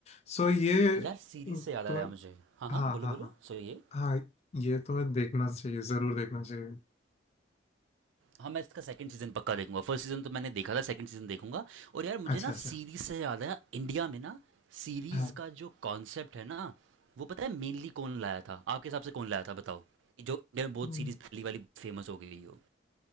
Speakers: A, on the left; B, on the right.
A: सो ये
B: <laughs> यार सीरीज
A: तुम्हें
B: से याद आया मुझे हाँ हाँ
A: हाँ
B: बोलो
A: हाँ
B: बोलो
A: हाँ
B: सो ये
A: हाँ ये तुम्हें देखना चाहिए जरूर देखना चाहिए
B: हाँ मैं इसका सेकंड सीजन पक्का देखूंगा फर्स्ट सीजन तो मैंने देखा था सेकंड सीजन देखूंगा और यार मुझे
A: अच्छा
B: ना
A: अच्छा
B: सीरीज से याद है इंडिया में ना सीरीज
A: हाँ
B: का जो कॉन्सेप्ट है ना वो पता है मेनली कौन लाया था आपके हिसाब से कौन लाया था बताओ जो इंडिया में बहुत
A: हम्म,
B: सीरीज पहली वाली फेमस हो गई हो